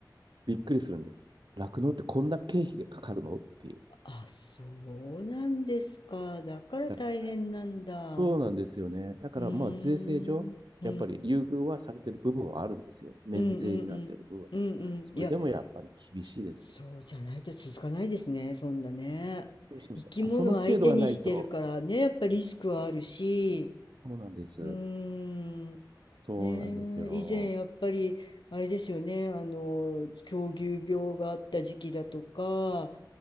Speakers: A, on the right; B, on the left.
A: びっくりするんです。酪農ってこんな経費がかかるのっていう。
B: あ、そうなんですか。だから大変なんだ。
A: だかそうなんですよね。
B: う
A: だから、
B: ーん、
A: まあ、税制上、
B: うん、
A: やっぱり優遇はされてる部分はあるんですよ。免税になってる部分。
B: うん、うん、うん、うん、うん。
A: それでもやっぱり厳しいです。
B: いや、ちそうじゃないと続かないですね、そんなね。
A: そうそうそう。
B: 生き物相手にしてるからね、
A: あ、その制度がないと、
B: やっぱリスクはあるし、
A: そうなんです。
B: うーん、
A: そうなんですよ。
B: ねえ、以前やっぱり、あれですよね、あの、狂牛病があった時期だとか、